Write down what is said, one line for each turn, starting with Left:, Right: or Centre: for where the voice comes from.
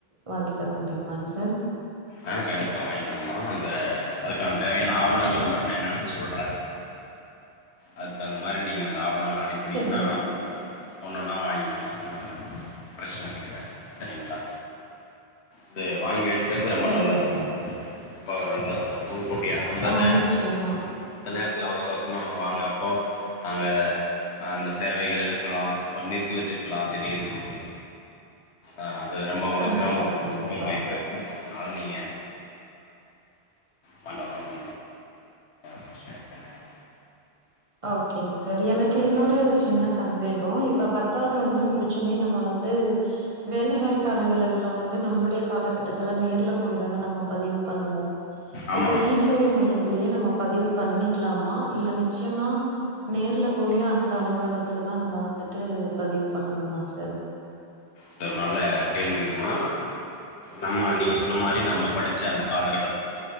Right: வாங்கி தர முடியுமாங் சார்
Left: ஆ கண்டிப்பாக வாங்கிக்கலாங்கம்மா அந்த அதுக்கான தேவையான ஆவணங்களை மட்டும் நான் என்னன்னு சொல்றேன் அதுக்குதகுந்த மாரி நீங்க அந்த ஆவணங்கள் அனுப்பினீங்கன்னா
Right: சரிங்க
Left: நம்ம
Right: சார்
Left: ஒன்னொன்னா வாங்கிக்கலாம் ம் பிரச்சன கெடயாது சரிங்களா இது வாங்கி வச்சுக்குறது ரொம்ப
Right: சரிங்க
Left: நல்லது
Right: சார்
Left: தான் ரொம்ப நல்லது தான் முன்கூட்டியே அந்தடையம்
Right: ஆ நிச்சயமா
Left: அந்த நேரத்தில் அவசர அவசரமான வாங்குறப்போ அங்க அந்த சேவைகள் இருக்கலாம் நிறுத்தி வச்சிருக்கலாம் திடீர்னும் அஹ அது நம்ப அவங்களுக்கு
Right: கண்டிப்பா
Left: சிரம
Right: கண்டிப்பா
Left: சிரம வாய் போயிரும் யார் நீங்க மண்ட <unintelligible>
Right: ஓகேங் சார் எனக்கு இன்னொரு சின்ன சந்தேகம் இப்ப பத்தாவது வந்து முடிச்சுன்னே நம்ம வந்து வேலைவாய்ப்ப அலுவலகள்ல வந்து நம்மளுடைய காலகட்டத்துல நேர்ல போய் தான நம்ம பதிவு பண்ணுவோம்
Left: ஆமா
Right: இப்ப
Left: ஆமா
Right: ஈ சேவை மையத் இதுலயே நம்ம பதிவு பண்ணிக்கலாமா இல்ல நித் நிச்சயமா நேர்ல போய் அந்த அலுவலகத்துல தான் நம்ம வந்துட்டு பதிவு பண்ணணுமா சார்
Left: அதநால கேள்விமா நம்ம நீங்க சொன்ன மாரி நம்ம படிச்ச அந்த காலகட்ட